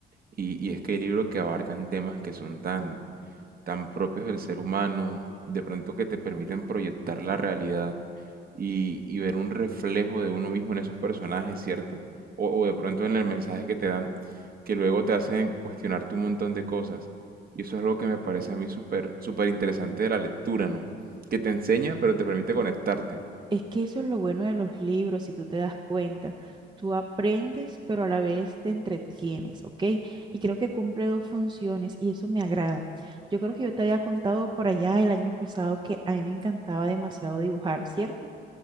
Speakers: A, on the right; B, on the right.
A: Y, y es que hay libros que abarcan temas que son tan, tan propios del ser humano, de pronto que te permiten proyectar la realidad y, y ver un reflejo de uno mismo en esos personajes, ¿cierto? O, o de pronto en el mensaje que te dan, que luego te hacen cuestionarte un montón de cosas. Y eso es algo que me parece a mí súper, súper interesante de la lectura, ¿no? Que te enseña, pero te permite conectarte.
B: Es que eso es lo bueno de los libros, si tú te das cuenta. Tú aprendes, pero a la vez te entretienes, ¿ok? Y creo que cumple dos funciones y eso me agrada. Yo creo que yo te había contado por allá el año pasado que a mí me encantaba demasiado dibujar, ¿cierto?